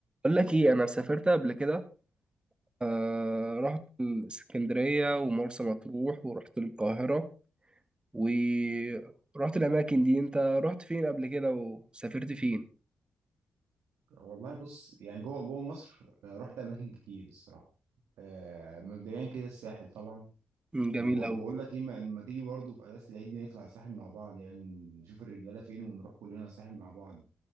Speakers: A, on the right; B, on the right.
A: أقول لك إيه أنا سافرت قبل كده آه رحت الإسكندرية ومرسى مطروح ورحت القاهرة ورحت الأماكن دي أنت رحت فين قبل كده وسافرت فين؟
B: والله بص يعني جوه جوه مصر آه، رحت اماكن كتير الصراحه آه، مبدئيا كده الساحل طبعا
A: مم، جميل
B: وبقول
A: أوي
B: لك ايه ما ما تيجي برضه في اجازه العيد دي نطلع الساحل مع بعض يعني نشوف الرجاله فين ونروح كلنا الساحل مع بعض